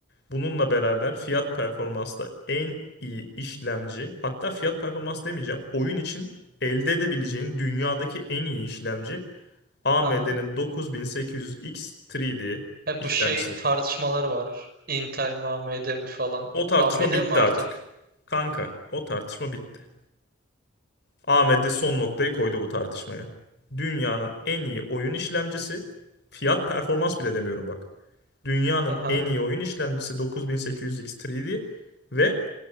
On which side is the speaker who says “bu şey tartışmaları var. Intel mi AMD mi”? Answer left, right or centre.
Right